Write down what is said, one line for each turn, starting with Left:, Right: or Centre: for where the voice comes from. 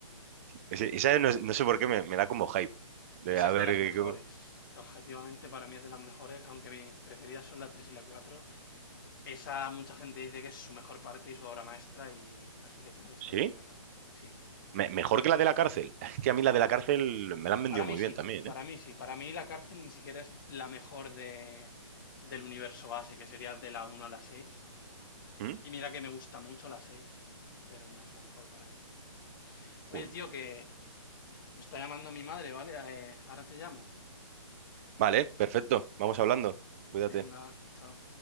Right: Ese- esa no, no sé por qué me, me da como hype. De
Left: Esa
Right: a
Left: es
Right: ver,
Left: de las
Right: eh,
Left: mejores.
Right: cómo-
Left: Objetivamente para mí es de las mejores, aunque mis preferidas son la 3 y la 4. Esa mucha gente dice que es su mejor parte y su obra maestra y casi que tengo que estar
Right: ¿sí?
Left: de acuerdo. Sí.
Right: Me- mejor que la de la cárcel. <laughs> Es que a mí la de la cárcel me la han vendido
Left: Para mí
Right: muy bien
Left: sí,
Right: también,
Left: para
Right: ¿eh?
Left: mí sí. Para mí la cárcel ni siquiera es la mejor de, del universo base, que sería de la uno a la 6.
Right: ¿Mm?
Left: Y mira que me gusta mucho la 6, pero no es la mejor para mí. Oye,
Right: Uy.
Left: tío, que me está llamando mi madre, ¿vale? Eh, ahora te llamo.
Right: Vale, perfecto. Vamos hablando. Cuídate.
Left: Venga, chao.